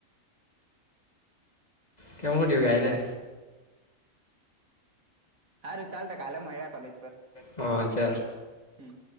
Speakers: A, on the left; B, on the right.
A: કેવ હું થયું ગાયને.
B: હારુ ચાલ તો કાલે મયડા કોલેજ પર.
A: હા ચાલ.
B: હમ્મ.